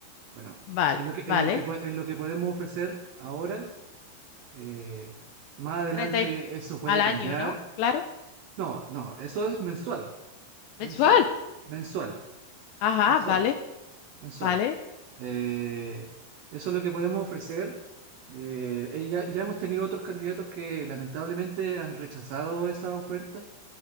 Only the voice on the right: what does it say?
Bueno,
es lo que,
es lo que, po- es lo que podemos ofrecer ahora. eh, más adelante
eso puede
cambiar.
No, no, eso es mensual, mensual,
mensual,
mensual,
mensual.
Eh, eso es lo que podemos ofrecer. Eh, eh, ya, ya hemos tenido otros candidatos que lamentablemente han rechazado esa oferta.